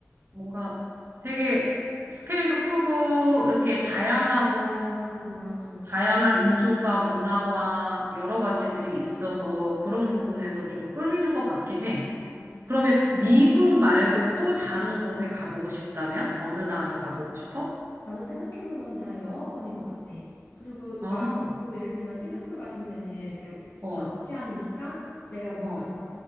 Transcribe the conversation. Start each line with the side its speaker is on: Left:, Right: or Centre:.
Right: 뭔가 되게 스케일도 크고 이렇게 다양하고
Left: 음, 맞아.
Right: 다양한 인종과 문화와 여러 가지들이 있어서 그런 부분에서 좀 끌리는 것 같긴 해.
Left: 음.
Right: 그러면 미국 말고 또 다른 곳에 가보고 싶다면? 어느 나라 가보고 싶어?
Left: 나도 생각해보면 다 영어권인 것 같아. 그리고 그러니까
Right: 아,
Left: 또 예를 들면 싱가포르 같은 데는 그러니까 우리
Right: 어,
Left: 다 아시안이니까 내가 뭔가
Right: 어,